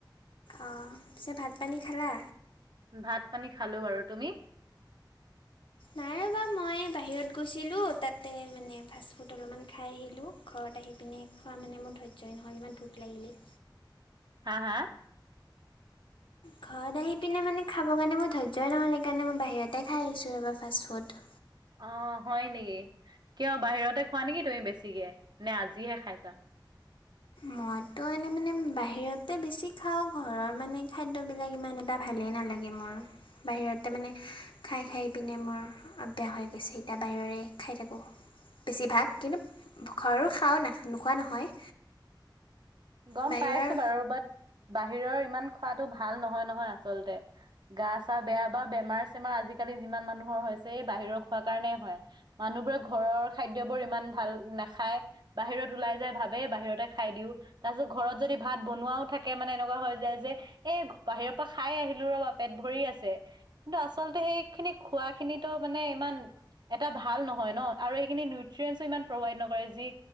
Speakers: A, on the left; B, on the right.
A: অঁ পিছে ভাত পানী খালা?
B: ভাত পানী খালো বাৰু। তুমি?
A: নাই ৰ'বা মই বাহিৰত গৈছিলোঁ, তাতে মানে ফাষ্টফুড অলপমান খাই আহিলোঁ। ঘৰত আহি পিনে খোৱা মানে মোৰ ধৈৰ্যই নহ'ল। ইমান ভোক লাগিলেই।
B: হা, হা?
A: ঘৰত আহি পিনে মানে খাবৰ কাৰণে মোৰ ধৈৰ্যই নহ'ল। সেইকাৰণে মই বাহিৰতে খাই আহিছোঁ ৰবা ফাষ্ট ফুড।
B: অ হয় নেকি? কিয় বাহিৰতে খোৱা নেকি তুমি বেছিকে, নে আজিহে খাইছা?
A: মইতো এনেই মানে বাহিৰতে বেছি খাওঁ। ঘৰৰ মানে খাদ্যবিলাক ইমান এটা ভালেই নালাগে। <unintelligible> মোৰ বাহিৰতে মানে খাই খাই পিনে মোৰ বেয়া হৈ গৈছে। এতিয়া বাহিৰৰে খাই থাকোঁ। বেছিভাগ, কিন্তু ঘৰো খাও নাখ নোখোৱা নহয়।
B: গম
A: বাহিৰৰ
B: পাইছো বাৰু। বাট' বাহিৰৰ ইমান খোৱাতো ভাল নহয় নহয় আচলতে গা-চা বেয়া বা বেমাৰ চেমাৰ আজিকালি যিমান মানুহৰ হৈছে, এ'বাহিৰৰ খোৱা কাৰণেই হয়। মানুহবোৰে ঘৰৰ খাদ্যবোৰ ইমান ভাল নাখায়, বাহিৰত ওলাই যাই ভাবে বাহিৰতে খাই দিও। তাৰ পিছত ঘৰত যদি ভাত বনোৱাও থাকে মানে এনেকুৱা হৈ যায় যে এ বাহিৰৰ পৰা খাই আহিলো ৰবা, পেট ভৰি আছে। কিন্তু আচলতে সেইখিনি খোৱা খিনিতো মানে ইমান এটাত ভাল নহয় ন আৰু এইখিনি নিউট্ৰিয়েছো ইমান প্ৰভাইড নকৰে। যি